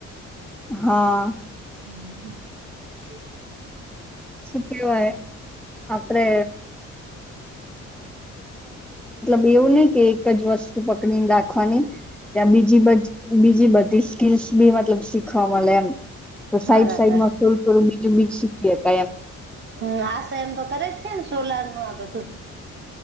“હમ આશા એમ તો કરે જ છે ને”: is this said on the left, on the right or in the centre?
Right